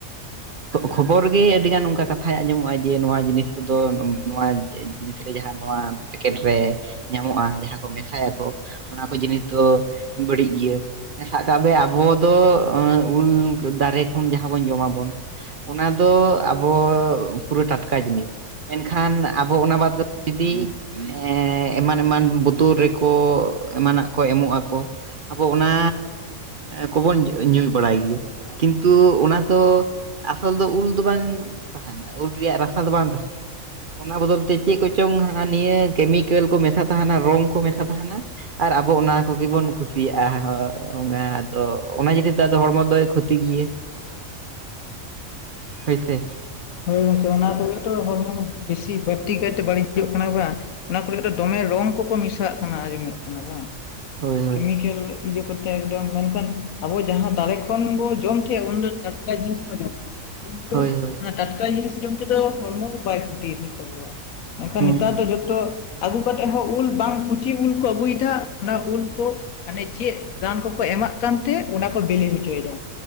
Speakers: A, on the right; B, on the left.
A: ᱠᱷᱚᱵᱚᱨ ᱜᱮ ᱟᱹᱰᱤ ᱜᱟᱱ ᱚᱱᱠᱟ ᱠᱟᱛᱷᱟᱭ ᱟᱸᱡᱚᱢᱚᱜᱼᱟ ᱡᱮ ᱱᱚᱣᱟ ᱡᱤᱱᱤᱥ ᱠᱚᱫᱚ ᱱᱚᱣᱟ ᱡᱤᱱᱤᱥ ᱨᱮ ᱡᱟᱦᱟᱸ ᱱᱚᱣᱟ ᱯᱮᱠᱮᱴ ᱨᱮ ᱧᱟᱢᱚᱜᱼᱟ ᱡᱟᱦᱟᱸ ᱠᱚ ᱢᱮᱥᱟᱭᱟᱠᱚ ᱚᱱᱟ ᱠᱚ ᱡᱤᱱᱤᱥ ᱫᱚ ᱵᱟᱹᱲᱤᱡ ᱜᱮᱭᱟ᱾ ᱥᱟᱵ ᱠᱟᱜ ᱵᱮ ᱟᱵᱚ ᱫᱚ ᱩᱞ ᱫᱟᱨᱮ ᱠᱷᱚᱱ ᱡᱟᱦᱟᱸ ᱵᱚᱱ ᱡᱚᱢᱟᱵᱚᱱ᱾ ᱚᱱᱟ ᱫᱚ ᱟᱵᱚ ᱯᱩᱨᱟᱹ ᱴᱟᱴᱠᱟ ᱡᱤᱱᱤᱥ᱾ ᱢᱮᱱᱠᱷᱟᱱ ᱟᱵᱚ ᱚᱱᱟ ᱵᱟᱫ ᱠᱟᱛᱮ ᱡᱩᱫᱤ ᱮᱸᱻ ᱮᱢᱟᱱ ᱮᱢᱟᱱ ᱵᱳᱛᱚᱞ ᱨᱮᱠᱚ ᱮᱢᱟᱱᱟᱜ ᱠᱚ ᱮᱢᱚᱜ ᱟᱠᱚ ᱟᱵᱚ ᱚᱱᱟ ᱠᱚᱵᱚᱱ ᱧᱩ ᱵᱟᱲᱟᱭ ᱜᱮᱭᱟ᱾ ᱠᱤᱱᱛᱩ ᱚᱱᱟ ᱫᱚ ᱟᱥᱚᱞ ᱫᱚ ᱩᱞ ᱫᱚ ᱵᱟᱝ ᱛᱟᱸᱦᱮᱱᱟ, ᱩᱞ ᱨᱮᱭᱟᱜ ᱨᱟᱥᱟ ᱫᱚ ᱵᱟᱝ ᱛᱟᱸᱦᱮᱱᱟ᱾ ᱚᱱᱟ ᱵᱚᱫᱚᱞ ᱛᱮ ᱪᱮᱫ ᱠᱚᱪᱚᱝ ᱦᱟᱱᱟ ᱱᱤᱭᱟᱹ ᱠᱮᱢᱤᱠᱮᱞ ᱠᱚ ᱢᱮᱥᱟ ᱛᱟᱸᱦᱮᱱᱟ ᱨᱚᱝ ᱠᱚ ᱢᱮᱥᱟ ᱛᱟᱸᱦᱮᱱᱟ᱾ ᱟᱨ ᱟ ᱟᱵᱚ ᱚᱱᱟ ᱠᱚᱜᱮ ᱵᱚᱱ ᱠᱩᱥᱤᱭᱟᱜᱼᱟ ᱦᱳᱭ, ᱟᱫᱚ ᱚᱱᱟ ᱡᱤᱱᱤᱥ ᱫᱚ ᱟᱫᱚ ᱦᱚᱲᱢᱚ ᱫᱚᱭ ᱠᱷᱚᱛᱤ ᱜᱮᱭᱟ᱾
B: <inaudible>
A: ᱦᱳᱭ ᱥᱮ
B: ᱦᱳᱭ ᱜᱚᱝᱠᱮ ᱚᱱᱟ ᱠᱚᱜᱮ ᱛᱚ ᱦᱚᱲᱢᱚ ᱵᱤᱥᱤ ᱵᱟᱹᱲᱛᱤ ᱠᱟᱭᱛᱮ ᱵᱟᱹᱲᱤᱡᱚᱜ ᱠᱟᱱᱟ ᱵᱟᱝ᱾ ᱚᱱᱟ ᱠᱚᱨᱮ ᱫᱚ ᱫᱚᱢᱮ ᱨᱚᱝ ᱠᱚᱠᱚ ᱢᱮᱥᱟᱣᱟᱜ ᱠᱟᱱᱟ ᱟᱸᱡᱚᱢᱚᱜ ᱠᱟᱱᱟ ᱵᱟᱝ?
A: ᱦᱳᱭ ᱦᱳᱭ
B: ᱠᱮᱢᱤᱠᱮᱞ᱾ ᱤᱭᱟᱹ ᱠᱚᱛᱮ ᱮᱠᱫᱚᱢ ᱢᱮᱱᱠᱷᱟᱱ ᱟᱵᱚ ᱡᱟᱦᱟᱸ ᱫᱟᱲᱮ ᱠᱚ᱾ ᱡᱚᱠᱷᱚᱱ ᱵᱚ ᱡᱚᱢ ᱠᱮ ᱩᱱ ᱫᱚ ᱴᱟᱴᱠᱟ ᱡᱤᱱᱤᱥ ᱵᱚ ᱡᱚᱢ ᱠᱮ ᱩᱱ ᱫᱚ
A: ᱦᱳᱭ ᱦᱳᱭ
B: ᱚᱱᱟ ᱴᱟᱴᱠᱟ ᱡᱤᱱᱤᱥ ᱡᱚᱢ ᱛᱮᱫᱚ ᱦᱚᱲᱢᱚ ᱠᱚ ᱵᱟᱭ ᱠᱷᱩᱛᱤ <unintelligible> ᱢᱮᱱᱠᱷᱟᱱ
A: ᱦᱩᱸ
B: ᱱᱮᱛᱟᱨ
A: ᱦᱩᱸ
B: ᱫᱚ ᱡᱚᱛᱚ ᱟᱹᱜᱩ ᱠᱟᱛᱮ ᱦᱚᱸ ᱩᱞ ᱵᱟᱝ ᱠᱩᱪᱤ ᱩᱞ ᱠᱚ ᱟᱹᱜᱩᱭᱮᱫᱟ ᱚᱱᱟ ᱩᱞ ᱠᱚ ᱢᱟᱱᱮ ᱪᱮᱫ ᱨᱟᱱ ᱠᱚᱠᱚ ᱮᱢᱟᱜ ᱠᱟᱱᱛᱮ ᱚᱱᱟ ᱠᱚ ᱵᱤᱞᱤ ᱦᱚᱪᱚᱭᱮᱫᱟ᱾